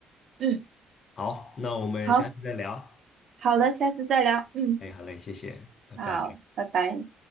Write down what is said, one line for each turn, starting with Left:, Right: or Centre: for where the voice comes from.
Right: 嗯，
Left: 好，那我们下次再聊。
Right: 好好的，下次再聊。嗯，
Left: 哎，好嘞，谢谢，拜拜。
Right: 好，拜拜。